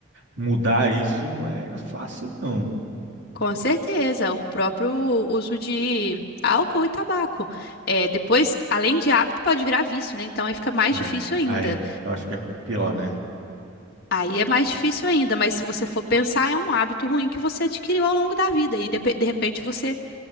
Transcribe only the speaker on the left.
Com certeza, o próprio uso de álcool e tabaco. É, depois, além de hábito, pode virar vício, né? Então aí fica mais
difícil ainda.
Aí é mais difícil ainda, mas se você for pensar, é um hábito ruim que você adquiriu ao longo da vida e de, de repente você